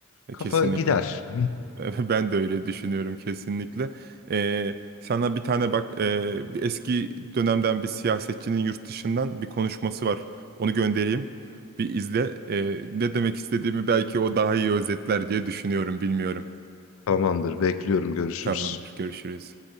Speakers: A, on the right; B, on the left.
A: E,
B: Kafa
A: Kesinlikle.
B: gider. <laughs>
A: <laughs> Ben de öyle düşünüyorum kesinlikle. Ee, sana bir tane bak e, bir eski dönemden bir siyasetçinin yurt dışından bir konuşması var. Onu göndereyim. Bir izle. Ee, ne demek istediğimi belki o daha iyi özetler diye düşünüyorum. Bilmiyorum.
B: Tamamdır, bekliyorum, görüşürüz.
A: Tamamdır. Görüşürüz.